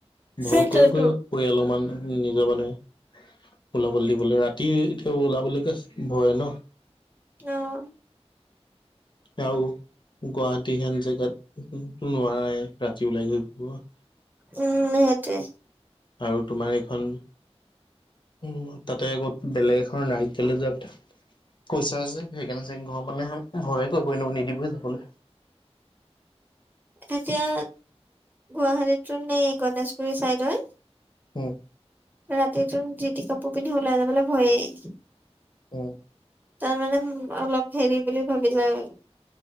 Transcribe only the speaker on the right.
সেইটোৱেতো
অ',
উম, সেইটোৱে।
এতিয়া গুৱাহাটীতো নে গণেশগুৰি চাইদৰ।
ৰাতি যোন যিটি কাপোৰ পিন্ধি ওলাই যাবলৈ ভয়েই।
তাৰ মানে অলপ হেৰি বুলি ভাবি লই।